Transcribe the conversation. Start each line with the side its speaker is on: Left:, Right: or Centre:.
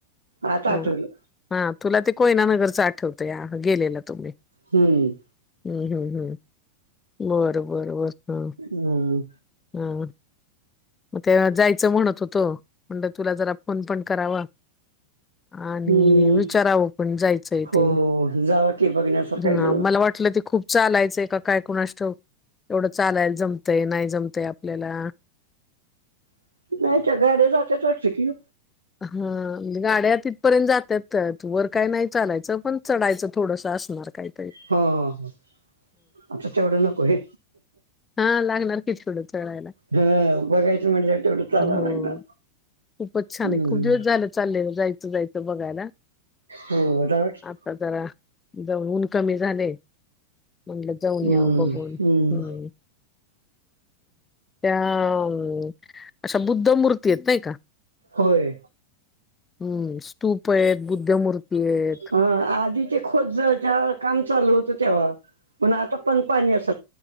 Right: आता
Left: ह
Right: आठवलं
Left: ह तुला ते कोयना नगरच आठवतया गेलेला तुम्ही
Right: हम्म
Left: हम्म हम् हम् बरं बरं बर हा
Right: हम्म.
Left: हा मग ते जायचं म्हणत होतो म्हणल तुला जरा फोन पण करावा आणि
Right: हम्म
Left: विचारावं पण जायचंय
Right: हो
Left: ते
Right: जावा की बघण्यासारखं
Left: ह
Right: आहे सगळं.
Left: मला वाटलं ते खूप चालायचंय काय कुणाष्ठाऊक एवढं चालाय जमतय नाही जमतय आपल्याला
Right: <unintelligible> गाड्या जात्यात वाटतं की
Left: हा म्हणजे गाड्या तिथपर्यंत जात त्यात वर काय नाही चालायचं पण चढायचं थोडस असणार काही
Right: हा ह आता तेवढं नको होय
Left: हा लागणार की थोडं चढायला
Right: हा बघायचं म्हणजे तेवढं चालाव
Left: हो
Right: लागणार
Left: खूपच छानय
Right: हम्म
Left: खूप दिवस झालं चाललेल जायच बघायला
Right: हो जावा की
Left: आता जरा <unintelligible> कमी झालय म्हणलं जाऊन
Right: हम्म
Left: याव बघून
Right: हम्म
Left: हम् त्या अ अशा बुद्धमूर्ती आहेत नाही का
Right: होय
Left: हम् आहेत बुद्धमूर्ती आहेत.
Right: हा आधी ते खोदच ज्यावेळा काम चालू होत तेव्हा पण आता पण पाणी अस